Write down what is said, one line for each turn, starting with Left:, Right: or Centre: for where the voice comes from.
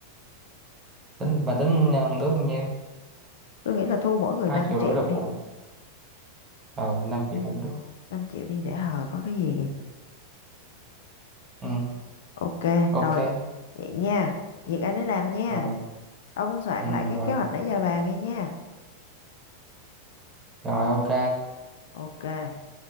Right: tính bà tính à, đứa bao nhiêu
Left: tôi nghĩ là thu mỗi người
Right: hai
Left: 5
Right: triệu
Left: triệu
Right: rưỡi được
Left: đi
Right: Hùng ờ năm triệu cũng được
Left: năm triệu đi để hồi có cái gì
Right: ừ
Left: ok
Right: ok
Left: rồi vậy nha việc anh ấy làm nha
Right: ờ
Left: ông soạn
Right: ừ,
Left: lại cái
Right: rồi
Left: kế hoạch nãy giờ bàn nghe nha
Right: rồi ok
Left: ok